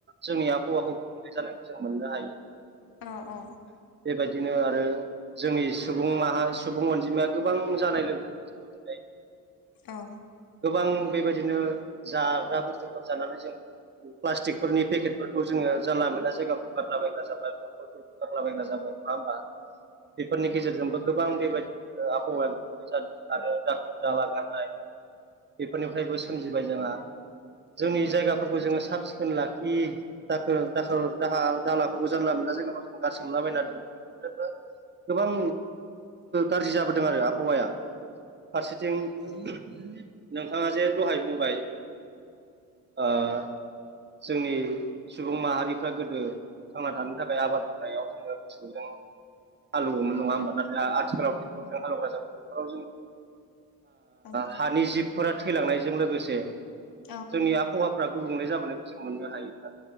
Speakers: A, on the right (about 30°); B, on the left (about 70°).
A: जोंनि आबहावाखौ गोग्लैनाय जानायखौ जों मोननो हायो।
B: अ अ
A: बेबायदिनो आरो जोंनि सुबुं माहा सुबुं अनजिमाया गोबां जानाय लोगो लोगो दिनै
B: औ
A: गोबां बेबायदिनो जाग्रा बुस्थुफोर जानानै जों प्लास्टिकफोरनि पेकेटफोर खौ जोङो जानला मोनला जायगा बायला बायला जाबाय बायोब्ला गारला बायग्रा जाबाय नङा होमबा बेफोरनि गेजेरजोंबो गोबां बेबायदिनो आबहावाया गुबुंले जादों आरो दाखोर दाला गारनाय बेफोरनिफ्रायबो सोमजिबाय जोंहा जोंनि जायगाफोरखौ जोङो साब सिखोन लाखि दाखोर दाखोर दाहा दालाफोरखौ जानला मोनला जोंगाव जों गारसोमलाबायना दोनो बेफोरबो गोबां गाज्रि जाबोदों आरो आबहावाया फारसेथिं नोंथाङा जे दहाय बुंबाय आ जोंनि सुबुं माहारिफ्रा गोदो थांना थानो थाखाय आबाद मावनायाव जो मोसौजों हालेवोमोन नङा होमबा नाथाय आथिखालाव
B: औ
A: ट्रेक्टरजों हालौवग्रा जाबाय बेफोराव जों
B: औ औ
A: हानि जिबफोरा थैलांनायजों लोगोसे
B: औ नंगौ औ
A: जोंनि आबहावाफ्रा गुबुंले जाबोनायखौ जों मोननो हायो